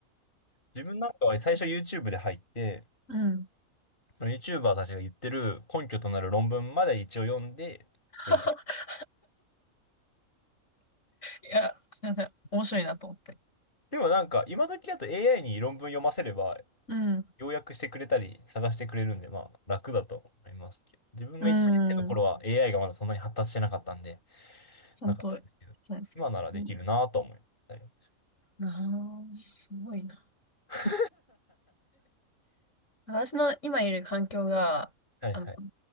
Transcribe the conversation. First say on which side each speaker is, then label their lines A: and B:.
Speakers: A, on the left (about 35°); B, on the left (about 60°).
A: <laughs> 自分なんかは最初 YouTube で入って、
B: うん。
A: その YouTuber たちが言ってる根拠となる論文まで一応読んで勉強。
B: <laughs> いや、すみません。面白いなと思って。
A: でもなんか今時だと AI に論文読ませれば
B: うん。
A: 要約してくれたり探してくれるんでまあ楽だと思いますけど。自分が1年生の頃は
B: うん。
A: AI がまだそんなに発達してなかったんで、
B: ちゃんと、
A: なかったですけど、
B: そうです。
A: 今ならできるなと思いましたよ。
B: うん。ああ、すごいな。
A: <laughs>
B: 私の今いる環境が、
A: はいはい。
B: あの、